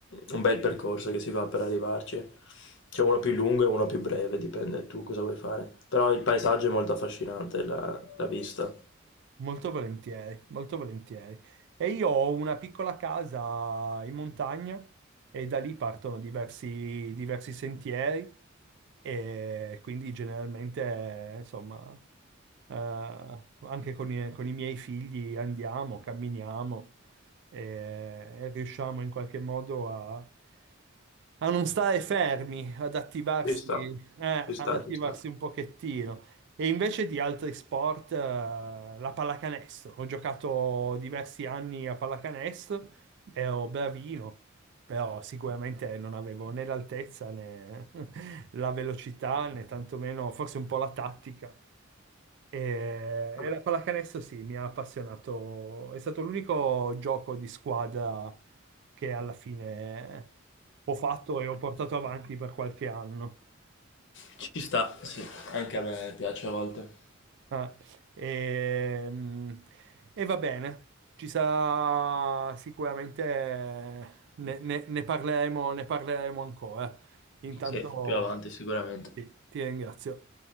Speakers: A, on the left; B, on the right.
A: un bel percorso che si va per arrivarci. C'è uno più lungo e uno più breve, dipende tu cosa vuoi fare. Però il paesaggio è molto affascinante, la, la vista.
B: Molto volentieri, molto volentieri. E io ho una piccola casa in montagna e da lì partono diversi, diversi sentieri e quindi generalmente, insomma, eh, anche con i, con i miei figli andiamo, camminiamo e, e riusciamo in qualche modo a a non stare fermi, ad attivarsi,
A: Ci sta,
B: eh,
A: ci sta,
B: ad attivarsi
A: ci sta.
B: un pochettino. E invece di altri sport, eh, la pallacanestro. Ho giocato diversi anni a pallacanestro, ero bravino, però sicuramente non avevo né l'altezza né <laughs> la velocità, né tantomeno forse un po' la tattica. E,
A: Vabbè.
B: e la pallacanestro sì, mi ha appassionato. È stato l'unico gioco di squadra che alla fine ho fatto e ho portato avanti per qualche anno.
A: Ci sta, sì, anche a me piace a volte.
B: Ah, e, mm, e va bene, ci sarà sicuramente eh, ne, ne- ne parleremo, ne parleremo ancora. Intanto
A: Sì, più avanti sicuramente.
B: sì, ti ringrazio.